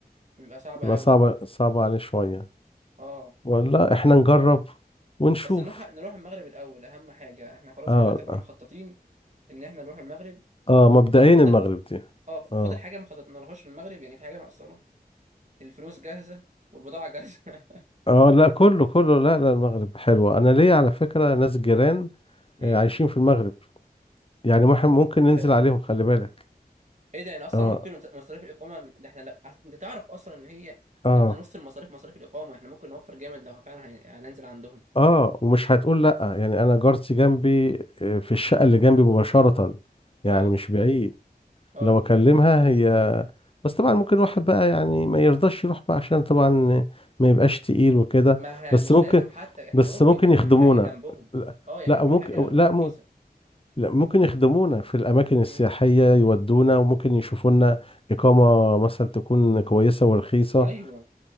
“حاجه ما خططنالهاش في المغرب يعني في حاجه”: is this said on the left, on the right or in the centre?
Right